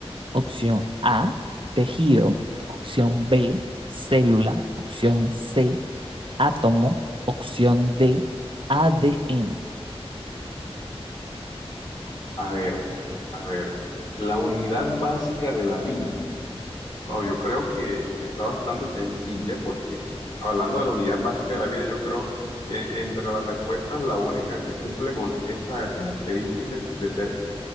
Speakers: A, on the right; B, on the left.
A: Opción A, tejido. Opción B, célula. Opción C, átomo. Opción D, ADN.
B: A ver, a ver. La unidad básica de la vida. Wow, yo creo que está bastante sencilla porque hablando de la unidad básica de la vida, yo creo que entre las respuestas, la única que cumple con esa característica de ser